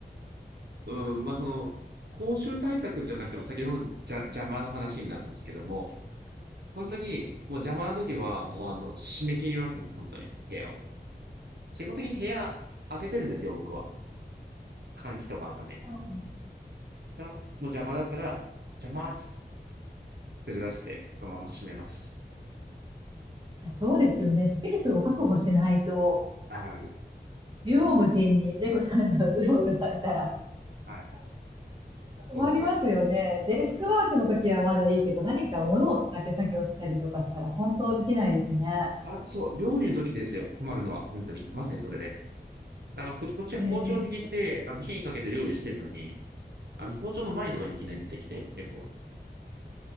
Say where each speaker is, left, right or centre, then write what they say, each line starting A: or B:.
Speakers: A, on the right (about 70°); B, on the right (about 30°).
A: うん、まあその、公衆対策じゃなくても、先ほどのじゃ邪魔の話になるんですけども、本当に、もう邪魔な時は、もうあの、締め切りますもん、本当に、部屋を。基本的に部屋開けてるんですよ、僕は。換気とかのために。だか
B: うん
A: らもう邪魔だったら、邪魔っつって連れ出して、そのまま閉めます。
B: いや、そうですよね。スペースを確保しないと、
A: はい。
B: 縦横無尽に猫さんが <laughs> うろうろされたら
A: はい。そうなんです。
B: 困りますよね。デスクワークの時はまだいいけど、何か物を使って作業したりとかしたら本当できないですね。
A: あ、そう、料理の時ですよ、困るのは、本当に。まさにそれで。なんかこ、こっちは包丁握って、
B: え
A: あの、火かけて料理してるのに、あの、包丁の前とかにいきなり出てきて、猫は。